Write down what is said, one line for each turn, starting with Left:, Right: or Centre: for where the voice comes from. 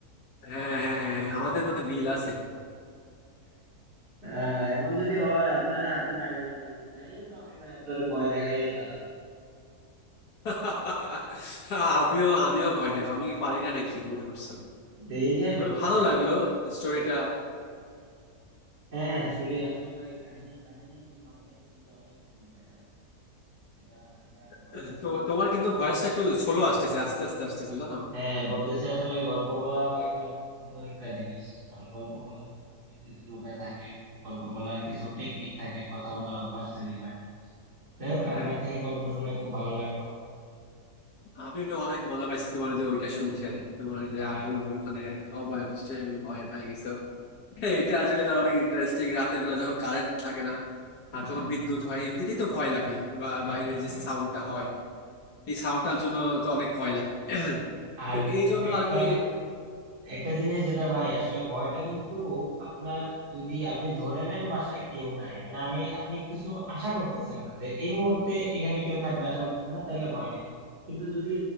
Left: হ্যাঁ হ্যাঁ হ্যাঁ হ্যাঁ, আমাদের মধ্যে মিল আছে
Right: আহ, এমন যদি হয় আপনারে হাতে নাগালে পাইছি তাইলে তো আমি ভাই আপনারে ভয় দেখাই কাঁদাবো
Left: <laughs> আমিও আমিও ভয় দেখো আমি কি পারি না নাকি মনে করছো
Right: দেখেন
Left: তবে ভালো লাগলো স্টোরিটা
Right: হ্যাঁ হ্যাঁ স্টোরি আসলে ভাই কাহিনী কাহিনীর মাঝেই কিন্তু অনেক কিছু লুকায় আছে এটা এটা
Left: <clears throat>
Right: গল্প বলা
Left: তো
Right: আসলে
Left: তোমার কিন্তু
Right: গল্প
Left: ভয়েসটা
Right: বলার
Left: একটু
Right: একটা
Left: সোলো আসতেছে আস্তে আস্তে আসতেছে জানো
Right: হ্যাঁ বলতেছি আসলে গল্প বলাও একটা সুন্দর একটা জিনিস কারণ গল্প বলার মধ্যে অনেক কিছু লুকায় থাকে গল্প বলার কিছু টেকনিক থাকে কথা বলার অভ্যাস তৈরি হয় যাই হোক
Left: হ্যাঁ
Right: আপনার থেকে গল্প শুনে খুব ভালো লাগলো
Left: আমি অনেক মজা পাইছি তোমার যে ওইটা শুনিস আরে তোমার যে
Right: আর
Left: আম্মুর মানে অবয়ব সে আমি ভয় পেয়ে গেছো এটা <laughs> আসলে অনেক ইন্টারেস্টিং রাতের বেলা যখন কারেন্ট থাকে না
Right: আহ,
Left: আর যখন বিদ্যুৎ হয় এমনিতেই তো ভয় লাগে বা
Right: এইটাই
Left: বাইরের যে
Right: ভয়।
Left: সাউন্ডটা হয় এই সাউন্ডটার জন্য তো অনেক ভয় লাগে
Right: আর
Left: তো এই জন্য
Right: একটা
Left: আর কি
Right: একটা জিনিস যেটা ভাই আসলে ভয়টা কিন্তু আপনার যদি আপনি ধরে নেন বাসায় কেউ নাই মানে আমি আপনি কিছু আশা করতেছেন না যে এই মুহূর্তে এখানে কেউ থাকবে আশা করতেছেন না তাইলে ভয় নেই কিন্তু যদি